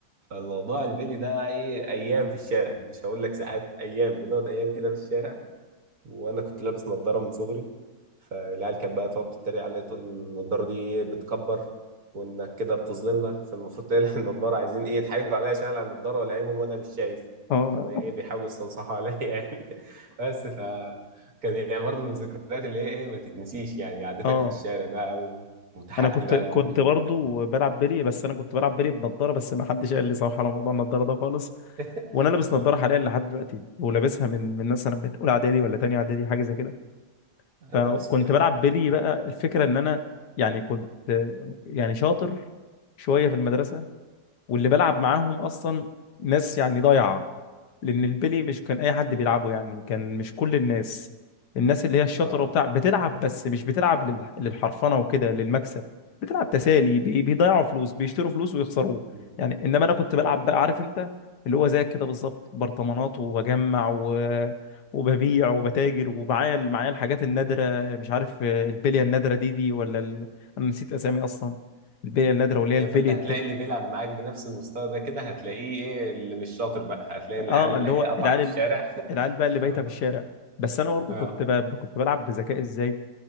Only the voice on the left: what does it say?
اه
اه
انا كنت
كنت
برضه
بلعب بلي بس انا كنت بلعب بلي بنضاره بس ما حدش قال لي صراحه على موضوع النضاره ده خالص
وانا لابس نضاره
حاليا لحد دلوقتي ولابسها من من مثلا من اولى اعدادي ولا تانية اعدادي حاجه زي كده
فكنت
بلعب بلي
بقى الفكره ان انا يعني كنت يعني شاطر شويه في المدرسه واللي بلعب معاهم اصلا ناس يعني ضايعه لان البلي مش كان اي حد بيلعبه يعني كان مش كل الناس الناس اللي هي الشاطره
وبتاع بتلعب بس مش بتلعب لل- للحرفنه وكده للمكسب بتلعب تسالي بي- بيضيعوا فلوس بيشتروا فلوس ويخسروه
يعني انما انا كنت بلعب
بقى عارف انت اللي هو زيك كده بالظبط برطمانات وبجمع و... وببيع وبتاجر ومعايا معايا الحاجات النادره مش عارف البليه النادره دي دي ولا ال... انا نسيت اسامي اصلا البليه النادره واللي هي البليه
اه
اللي
هو
العيال
ال-
العيال
بقى اللي بايته
في الشارع بس انا برضه
كنت ب... كنت بلعب بذكاء ازاي